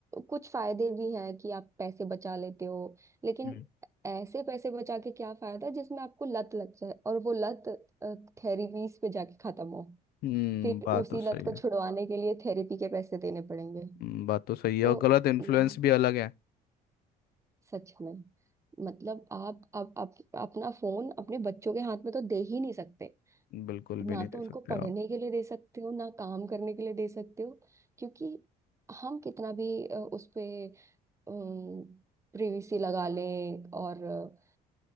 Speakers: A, on the right (about 15°); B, on the left (about 65°).
A: कुछ फायदे भी हैं कि आप पैसे बचा लेते हो लेकिन
B: हम्म
A: ऐसे पैसे बचा के क्या फायदा जिसमें आपको लत लग जाए और वो लत थेरेपीज पे जाके खत्म हो
B: हम्म
A: फिर
B: बात
A: उसी
B: तो सही
A: लत को
B: है
A: छुड़वाने के लिए थेरेपी के पैसे देने पड़ेंगे
B: हम्म, बात तो सही है
A: तो
B: और गलत इन्फ्लुएंस
A: ना
B: भी अलग है
A: सच में मतलब आप आप, आप अपना फोन अपने बच्चों के हाथ में तो दे ही नहीं सकते
B: बिल्कुल
A: ना
B: भी नहीं
A: तो
B: दे
A: उनको
B: सकते
A: पढ़ने
B: आप
A: के लिए दे सकते हो ना काम करने के लिए दे सकते हो क्योंकि हम कितना भी अ, उस पे प्रिवेसी लगा लें और अ,